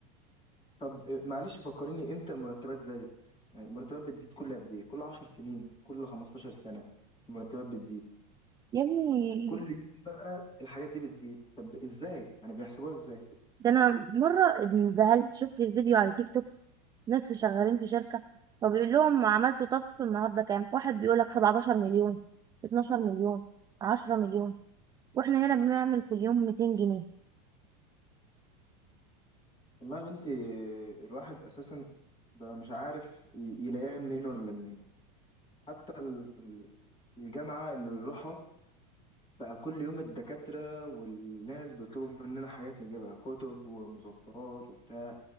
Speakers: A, on the left (about 25°); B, on the right (about 20°).
A: طب آه، معلش فكريني امتى المرتبات زادت يعني المرتبات بتزيد كل قد ايه كل 10 سنين كل 15 سنة المرتبات بتزيد
B: يا ابني
A: وكل يوم بقى الحاجات دي بتزيد طب ازاي يعني بيحسبوها ازاي
B: ده أنا مرة انزهلت شفت الفيديو على تيك توك نصف شغالين في شركة فبيقول لهم عملتوا تاسك النهاردة كام واحد بيقول لك 17 مليون 12 مليون 10 مليون واحنا هنا بنعمل في اليوم 200 جنيه
A: والله يا بنتي آه، الواحد اساسا بقى مش عارف ي- يلاقيها منين ولا منين حتى ال- الجامعة اللي بنروحها بقى كل يوم الدكاترة والناس بيطلبوا مننا حاجات نجيبها كتب ومذكرات وبتاع